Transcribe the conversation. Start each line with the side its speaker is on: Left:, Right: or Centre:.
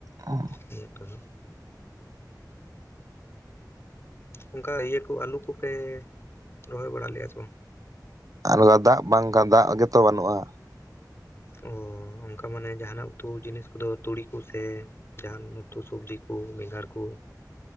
Right: ᱚ
Left: ᱱᱤᱭᱟᱹ ᱚᱠᱛᱚ ᱫᱚ ᱚᱝᱠᱟ ᱤᱭᱟᱹ ᱠᱚ ᱟᱹᱞᱩ ᱠᱚᱯᱮ ᱨᱚᱦᱚᱭ ᱵᱟᱲᱟ ᱞᱮᱜᱼᱟ ᱥᱮ ᱵᱟᱝ‍?
Right: ᱟᱞᱜᱟ ᱫᱟᱜ ᱵᱟᱝ ᱫᱟᱜ ᱜᱮᱛᱚ ᱵᱟᱹᱱᱩᱜᱼᱟ᱾
Left: ᱚ ᱚᱱᱠᱟ ᱢᱟᱱᱮ ᱡᱟᱦᱟᱱᱟᱜ ᱩᱛᱩ ᱡᱤᱱᱤᱥ ᱠᱚᱫᱚ ᱛᱩᱲᱤ ᱠᱚᱥᱮ ᱡᱟᱦᱟᱱ ᱩᱛᱩ ᱥᱚᱵᱡᱤ ᱠᱚ ᱵᱮᱸᱜᱟᱲ ᱠᱚ